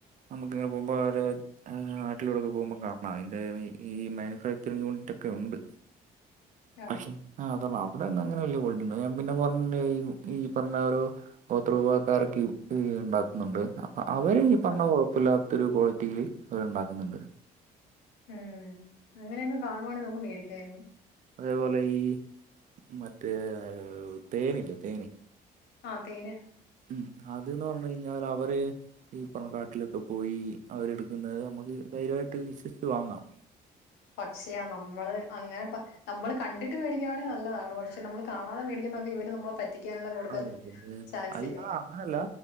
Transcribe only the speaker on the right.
നമുക്കിങ്ങനെ പോവുമ്പോ അവര് നാട്ടിലൂടൊക്കെ പോകുമ്പോൾ കാണം അതിൻ്റെ ഈ മാനുഫാക്ചറിങ്ങ് യൂണിറ്റൊക്കെ ഉണ്ട്
ആയ്ശ് ആഹ് അത അവിടെ അങ്ങനെ നല്ല കോളിറ്റിണ്ട് ഞാൻ പിന്നെ പറഞ്ഞ ഈ പറഞ്ഞ ഒരു ഗോത്ര വിഭാഗക്കാരൊക്കെ ഹ്ഹ ണ്ടാക്കുന്നുണ്ട് അപ്പൊ അവര് പറഞ്ഞ
കൊഴപ്പമില്ലാത്തൊരു ക്വാളിറ്റിയിയില് അത്ണ്ടാക്കുന്നുണ്ട്
അതേപോലെ ഈ മറ്റേ തേനില്ലേ തേന്
ഉം അത്ന്ന പറഞ്ഞഞ് കഴിഞ്ഞാൽ അവര് ഈ പറഞ്ഞ കാട്ടിലൊക്കെ പോയി അവരെടുക്കുന്നത് നമുക്ക് ധൈര്യമായിട്ട് വിശ്വസിച്ച് വാങ്ങാം
അതെ അതെ അത
അല്ല അങ്ങനെല്ല